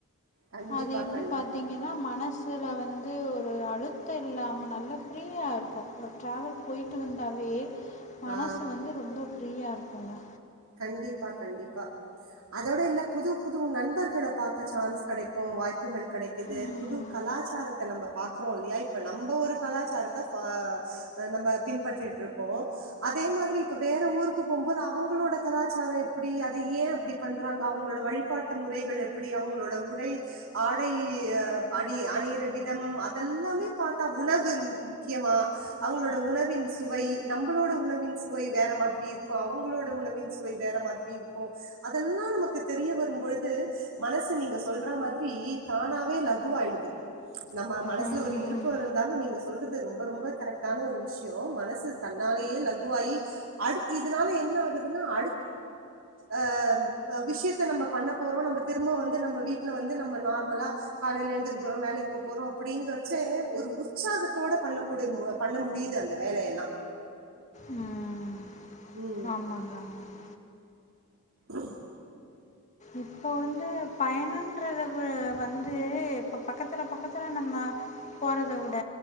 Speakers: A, on the right; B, on the left.
A: கண்டிப்பா,
B: அது எப்படி
A: கண்டிப்பா.
B: பாத்தீங்க மனசில் வந்து ஒரு அழுத்தம் இல்லாமல் நல்லா ஃப்ரீயாக இருக்கும் ஒரு ட்ராவல் போயி்ட்டு வந்தாவே மனசு
A: ஆ.
B: வந்து ரொம்ப ஃப்ரீயாக இருக்கும்ங்க
A: கண்டிப்பா கண்டிப்பா அதோட இல்ல புது புது நண்பர்களை பார்க்க சான்ஸ் கிடைக்கும் வாய்ப்புகள் கிடைக்குது
B: ம்
A: புது கலாச்சாரத்தை நம்ம பாக்குறோம் இல்லையா இப்ப நம்ம ஒரு கலாச்சாரத்தை நம்ம பின்பற்றிட்டு இருக்கோம் அதே மாதிரி இப்ப வேற ஊருக்கு போகும்போது அவங்களோட கலாச்சாரம் எப்படி அதை ஏன் அப்படி பண்றாங்க அவங்களோட வழிபாட்டு முறைகள் எப்படி அவங்களோட உடை ஆடை அடி அணிற விதம் அதெல்லாமே பார்த்தா உணவு முக்கியமா அவங்களோட உணவின் சுவை நம்மளோட உணவின் சுவை வேற மாதிரி இருக்கும் அவங்களோட உணவின் ச மாதி இருக்கும் அதெல்லாம் நமக்கு தெரிய வரும்பொழுது மனசு நீங்க சொல்ற மாதிரி தானாவே லகுவாயிடுது நம்ம மனசுல
B: ம்
A: ஒரு இருக்கம் இருந்தாலும் நீங்க சொல்றது ரொம்ப ரொம்ப கரெக்டான ஒரு விஷயம் மனசு தன்னாலேயே லகுவாயி அ இதனால என்ன ஆகுதுன்னா அ அஹ் விஷயத்த நம்ம பண்ண போறோம் நம்ம திரும்ப வந்து நம்ம வீட்டுல வந்து நம்ம நார்மலா காலையில எழுந்துக்க போறோம் வேலைக்கு போ போறோம் அப்படிங்கறச்ச ஒரு உற்சாகத்தோட பண்ணக்கூடிய பண்ண முடியுது அந்த வேலையெல்லாம்
B: உம்
A: உம்
B: ஆமாங்க ஆமாங்க
A: ஆஹம்
B: இப்போ வந்து பயணம் ற வந்து இப்ப பக்கத்திர பக்கத்திர நம்ம போறதை விட